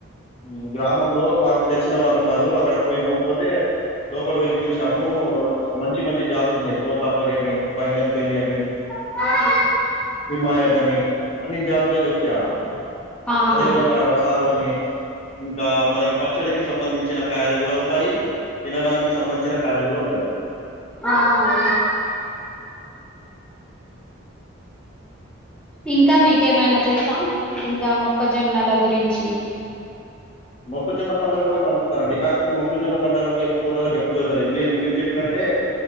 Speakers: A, on the left; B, in the centre.
A: ఉహ్ గ్రామంలో మాకు ల్సినా వాళ్ళు ఉన్నారు. అక్కడ పోయినాం పోతే లోపలి వెళ్లి చూసాము. మంచి మంచి జా తులునాయి. తోతాపర్యాని, బంగన్ బిన్యానీ
B: ఆహా
A: హిమాయల్ కని అన్ని జాతులే దొకుతయి అలా
B: ఆహా
A: అదే విధంగ రసాలు అని లె ఇంకా మనకి పచ్చడికి సంబంధించిన కాయలు కూడ ఉంటాయి తినడానికి సంబంధించిన కాయలు కూడ ఉంటాయి
B: ఆ ఇంక మీకేమైన తెలుస ఇంక మొక్కజొన్నల గురించి
A: మొక్కజొన్న పంటలు కూడా పండిస్తారంండి కాకపోతే మొక్కజొన్న పంటలకి తోటలకి ఎప్పుడు వెళ్ళలే మీరు మీరు చెప్పినట్టే